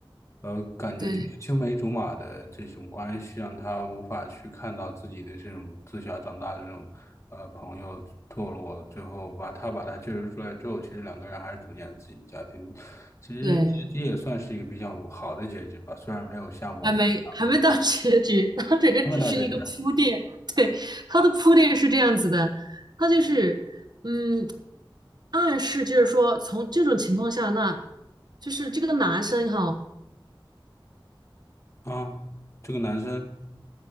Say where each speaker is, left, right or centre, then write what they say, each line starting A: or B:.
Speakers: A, on the left; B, on the right.
A: 呃，感觉就是青梅竹马的这种关系，
B: 对
A: 让他无法去看到自己的这种自小长大的这种呃朋友堕落，最后把他把他救赎出来之后，其实两个人还是组建了自己的家庭，其实结局也算是一个比较好的结局吧，
B: 对，
A: 虽然没有像我们想的那个
B: 还没还没到结局，<laughs> 它这个只是一个铺垫，
A: 他们到结局了
B: 对，它的铺垫是这样子的，它就是嗯，暗示就是说从这种情况下，那就是这个男生哈。
A: 啊，这个男生